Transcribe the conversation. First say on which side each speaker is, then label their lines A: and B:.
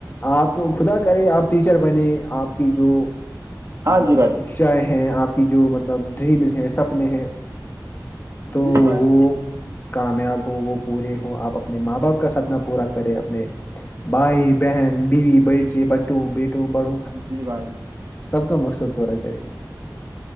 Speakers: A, on the left; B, on the right.
A: آپ خدا کرے آپ ٹیچر بنے آپ کی جو مطلب
B: ہاں جی بھائی
A: اھایں ہیں آپ کی جو مطلب ڈریمز ہیں سپنے ہیں تو
B: جی
A: وہ
B: بھائی
A: کامیاب ہو وہ پورے ہووں آپ اپنے ماں باپ کا سپنا پورا کرے اپنے بھائی بہن بیوی برچے بٹو بیٹو بڑوں
B: جی بھائی جان
A: سب کا مقصد پورا کرے